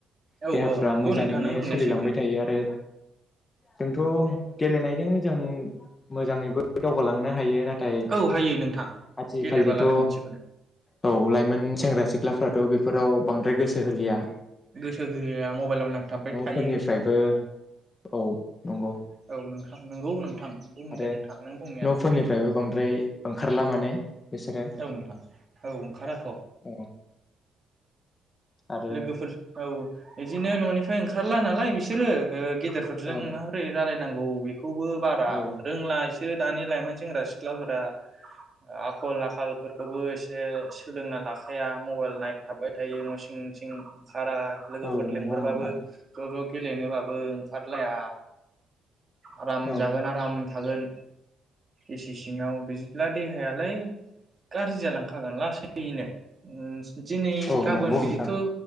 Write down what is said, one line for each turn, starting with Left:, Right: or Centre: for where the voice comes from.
Right: औ
Left: देहाफ्रा
Right: औ नंगौ
Left: मोजाङैनो
Right: नोंथां नों बुंनाया
Left: सोलिलांबाय
Right: सैथो
Left: थायो आरो। जोंथ' गेलेनायदों जों मोजाङैबो दावगालांनो हायो नाथाय थाय
Right: औ हायो नोंथां
Left: आथिखालनिथ'
Right: गेलेबालाय मोनसेखौनो
Left: औ लाइमोन सेंग्रा सिख्ला सिख्लाफ्राथ' बेफोराव बांद्राय गोसो होलिया।
Right: गोसो होआ मबाइलाव नांथाबबाय थाय
Left: फोरनिफ्रायबो औ। नंगौ
Right: औ नोंथां नंगौ नोंथां बुं
Left: आरो
Right: दे नोंथां नों बुंनायानो
Left: न'फोरनिफ्रायबो
Right: सैथो।
Left: बांद्राय ओंखारला माने। बिसोरो
Right: औ नोंथां औ ओंखाराथ'।
Left: औ आरो
Right: लोगोफोर औ बिदिनो न'नि। ओंखारला नालाय बिसोरोे। रफोरजों
Left: औ
Right: माबोरै रायलाय नांगौ बे बेखौबो बारा
Left: औ
Right: रोंला एस सोरो दानि लाइमोन सेंग्रा सिख्लाफोरा आखल आखालफोरखौबो इसे सोलोंना लाखाया मबेल नाय थाबबाय थायो न' सिं थिं ओंखारा लोगोफोर
Left: औ
Right: लेंहरबाबो
Left: नंगौ नोंथां
Right: ज ज गेलेनोबाबो ओंखारलाया आराम
Left: औ
Right: जागोन आराम थागोन। इसे सिङाव बिज ला देहायालाय गाज्रि जालांखागोन लासैनो उम दिनै
Left: औ
Right: गाबोन
Left: नंगौ
Right: बिदि
Left: नोंथां
Right: थ' गो